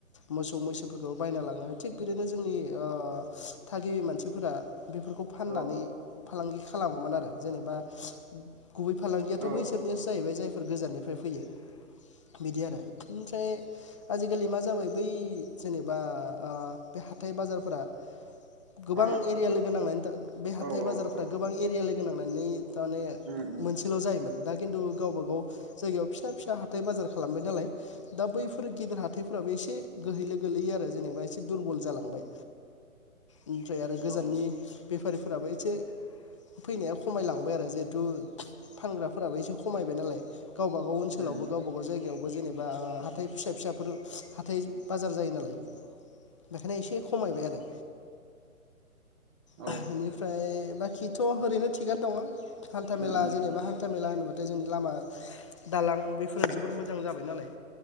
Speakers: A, on the left; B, on the right.
A: मोसौ मैसोफोरखौ बायना लाङो थिग बिदिनो जोंनि ओ थागिबि मानसिफोरा बेफोरखौ फाननानै
B: औ
A: फालांगि खालामोमोन आरो जेनेबा गुबै फालांगियाथ'
B: औ
A: बैसोरनियासो जाहैबाय जाय फोर गोजाननिफ्राय फैयो बिदि आरो ओमफ्राय आजिखालि मा जाबाय बै जेनेबा ओ बे हाथाय बाजारफोरा गोबां
B: हा
A: एरिया लोगो नांनानै बे हाथाय
B: औ औ
A: बाजारफोरा गोबां एरिया लोगो नांनानै थारमाने
B: उम उम
A: मोनसेल' जायोमोन दा खिन्थु गावबा गाव जायगायाव फिसा फिसा हाथाय बाजार खालामबाय नालाय दा बै फोर गेदेर हााइफोराबो एसे गोहैलो गोलैयो आरो जेनेबा एसे दुरबल जालांबाय ओमफ्राय आरो गोजाननि
B: औ
A: बेफारिफोराबो एसे फैनाया खमायलांबाय आरो जिहेथु फानग्राफोराबो एसे खमायबाय नालाय गावबागाव ओनसोलावबो
B: उम
A: गावबा गाव जाय यावबो जेनेबा हाथाय फिसा फिसाफोर हाथाय बाजार जायो नालाय बेखायनो एसे खमायबाय आरो
B: औ
A: बेनिफ्राय बाखिथ' ओरैनो थिगानो दङ? हान्था
B: उम
A: मेला
B: उम
A: जेनेबा हान्था मेला <unintelligible> थाय जोंनि लामा दालां बेफोरा जोबोर मोजां जाबाय नालाय